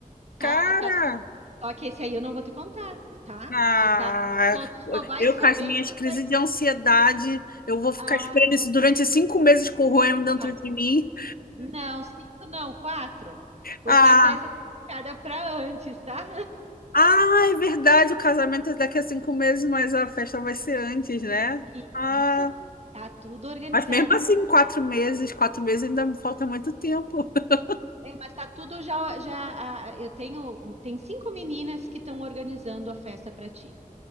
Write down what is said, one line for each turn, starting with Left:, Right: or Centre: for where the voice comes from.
Left: Cara,
Right: tá, tá tu... Só que esse aí eu não vou te contar, tá?
Left: ah,
Right: E tá, só, tu só vai
Left: eu
Right: saber
Left: com as minhas
Right: que tu
Left: crises
Right: vai.
Left: de ansiedade, eu vou ficar
Right: Ah,
Left: esperando isso durante cinco meses corroendo dentro
Right: vai.
Left: de mim.
Right: Não, cinco não, quatro. Porque
Left: Ah,
Right: a festa tá marcada pra antes, tá?
Left: ah, é verdade, o casamento é daqui a cinco meses, mas a festa vai ser antes, né?
Right: <laughs>
Left: Ah,
Right: Isso, tá tudo organizada.
Left: mas mesmo assim, quatro meses, quatro meses ainda me falta muito tempo. <laughs>
Right: É, mas tá tudo já, já. ah, eu tenho, tem cinco meninas que estão organizando a festa pra ti.